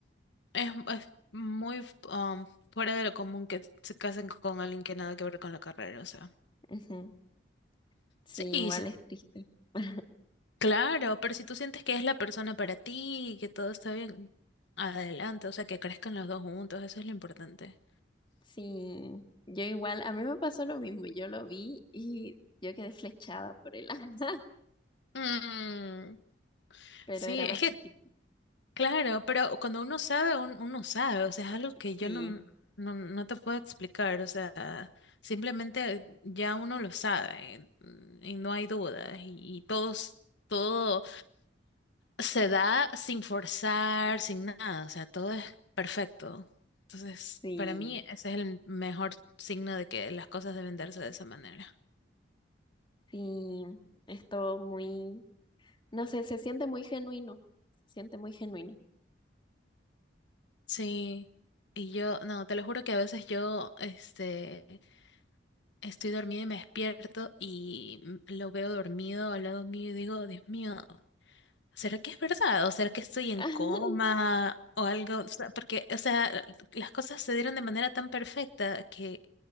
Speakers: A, on the left (about 70°); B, on the left (about 25°).
A: es, es muy f- um, fuera de lo común que se casen con alguien que nada que ver con la carrera, o sea.
B: Ujú. Sí,
A: Sí, y
B: igual
A: si
B: es triste. <laughs>
A: Claro, pero si tú sientes que es la persona para ti y que todo está bien, adelante, o sea, que crezcan los dos juntos, eso es lo importante.
B: Sí, yo igual, a mí me pasó lo mismo, yo lo vi y yo quedé flechada por él, <laughs>
A: Mm,
B: pero
A: sí,
B: era
A: es
B: más
A: que,
B: chiquito.
A: claro, pero cuando uno sabe, un- uno sabe, o sea, es algo que
B: Sí,
A: yo no, no, no te puedo explicar, o sea, simplemente ya uno lo sabe mm, y no hay dudas y, y todos, todo. se da sin forzar, sin nada, o sea, todo es perfecto. Entonces,
B: sí,
A: para mí ese es el mejor signo de que las cosas deben darse de esa manera.
B: sí. Es todo muy, no sé, se siente muy genuino. Se siente muy genuino.
A: Sí, y yo, no, te lo juro que a veces yo, este, estoy dormida y me despierto y m- lo veo dormido al lado mío y digo, Dios mío, ¿será que es verdad? ¿O será que estoy en
B: <laughs>
A: coma? O algo, o sea, porque, o sea, las cosas se dieron de manera tan perfecta que